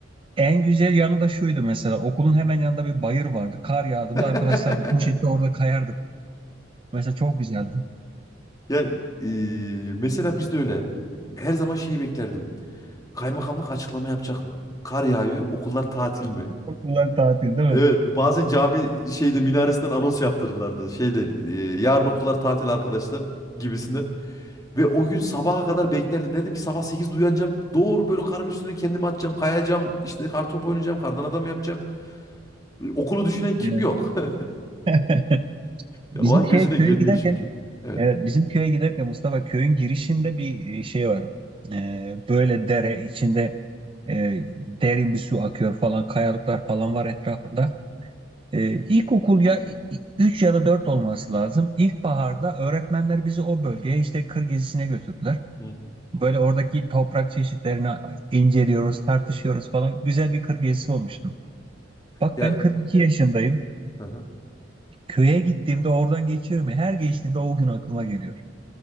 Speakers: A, on the right (about 30°); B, on the left (about 20°).
A: En güzel yanı da şuydu mesela okulun hemen yanında bir bayır vardı. Kar yağdığında arkadaşlarla
B: <laughs>
A: poşette orada kayardık. Mesela çok güzeldi.
B: Ya e, mesela biz de öyle. Her zaman şeyi beklerdim. Kaymakamlık açıklama yapacak mı? Kar yağıyor, okullar tatil mi?
A: Okullar tatil değil
B: Evet,
A: mi?
B: bazen cami şeyde minaresinden anons yaptırırlardı. Şeyde e, yarın okullar tatil arkadaşlar gibisinden. Ve o gün sabaha kadar beklerdim. Dedim ki sabah 8'de uyanacağım. Doğru böyle karın üstüne kendimi atacağım. Kayacağım. işte kartopu oynayacağım. Kardan adam yapacağım. E, Okulu düşünen kim
A: Evet.
B: yok? <laughs>
A: <laughs> Bizim
B: Ya O an
A: şeye
B: gözüne
A: köye
B: gelmiyor
A: giderken,
B: çünkü. Evet.
A: evet bizim köye giderken Mustafa köyün girişinde bir e, şey var. Ee, böyle dere içinde e, derin bir su akıyor falan, kayalıklar falan var etrafında. Ee, ilkokul ya 3 ya da 4 olması lazım. İlkbaharda öğretmenler bizi o bölgeye işte kır gezisine götürdüler.
B: Hı hı.
A: Böyle oradaki toprak çeşitlerini inceliyoruz, tartışıyoruz falan. Güzel bir kır gezisi olmuştu. Bak
B: Ya
A: ben 42 yaşındayım.
B: hı hı.
A: Köye gittiğimde oradan geçiyorum ya. Her geçtiğimde o gün aklıma geliyor.